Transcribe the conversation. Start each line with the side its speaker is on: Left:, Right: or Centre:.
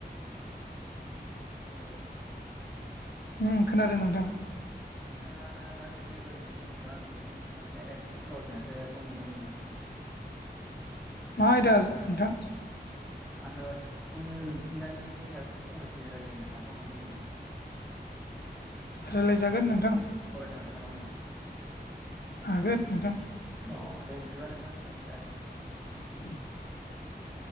Centre: हेलौ नोंथां।
Left: उम खोनादों नोंथां।
Centre: नोंथाङा दा जुदि ओरैनो दंमोनबा आं नोंजों मोनसे आयदानि सावरानोसो फन खालामदोंमोन नोंथां।
Left: मा आयदा नोंथां?
Centre: आङो उम मिथिंगानि सायावसो फंनैसो रायलायनो ना फन खालामदोंमोन नोंथां।
Left: रायलायजागोन नोंथां।
Centre: फरायनो हागोन नामा आंजों?
Left: हागोन नोंथां।
Centre: अ दे बिदिबा नोंथांनो फंनैसो जा
Left: <inaudible>